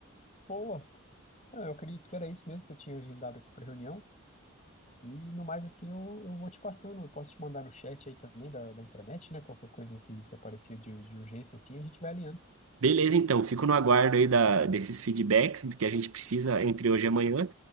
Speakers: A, on the left; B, on the right.
A: Boa! Ah, Eu acredito que era isso mesmo que eu tinha agendado aqui para reunião. E no mais, assim, eu, eu vou te passando. Eu posso te mandar no chat aí também da, da intranet, né? Qualquer coisinha que, que aparecer de, de urgência, assim, a gente vai alinhando.
B: Beleza, então, fico no aguardo aí da, desses feedbacks que a gente precisa entre hoje e amanhã